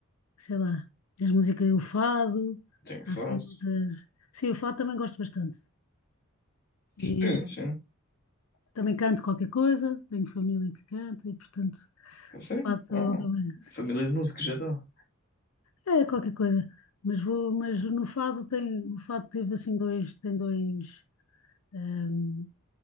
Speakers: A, on the left; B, on the left.
A: sei lá, as músicas, o fado,
B: Tenho fase.
A: há assim muitas. Sim, o fado também gosto bastante. E
B: Sim, sim.
A: também canto qualquer coisa, tenho família que canta e portanto
B: Sim,
A: o fado
B: uau.
A: também, assim,
B: Família de música já está.
A: é qualquer coisa. Mas vou, mas no fado tem, o fado teve assim dois, tem dois, hum,